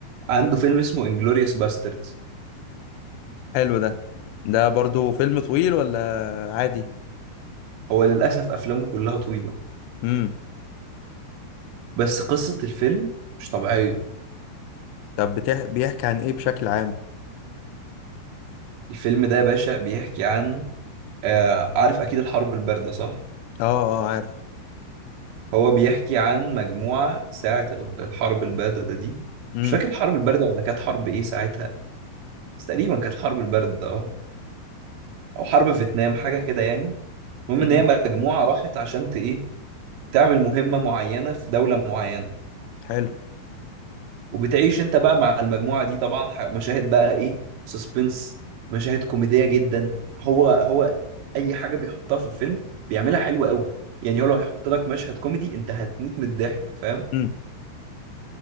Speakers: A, on the right; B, on the left.
A: عنده فيلم اسمه انجلوريوس باستردز
B: حلو ده ده برضو فيلم طويل ولا عادي
A: هو للاسف افلامه كلها طويله
B: امم
A: بس قصه الفيلم مش طبيعيه
B: طب بتح... بيحكي عن ايه بشكل عام
A: الفيلم ده يا باشا بيحكي عن آه عارف اكيد الحرب البارده صح
B: اه اه عارف
A: هو بيحكي عن مجموعه ساعه ال- الحرب البارده دي
B: امم
A: مش فاكر الحرب البارده ولا كانت حرب ايه ساعتها بس تقريبا كانت الحرب البارده اه او حرب فيتنام حاجه كده يعني المهم
B: امم
A: ان هي مجموعه راحت عشان ت- ايه تعمل مهمة معينة في دولة معينة
B: حلو
A: وبتعيش انت بقى مع المجموعة دي طبعا ح- مشاهد بقى ايه سسبنس مشاهد كوميدية جدا هو هو اي حاجة بيحطها في الفيلم بيعملها حلوة قوي يعني هو لو هيحط لك مشهد كوميدي انت هتموت من الضحك فاهم
B: امم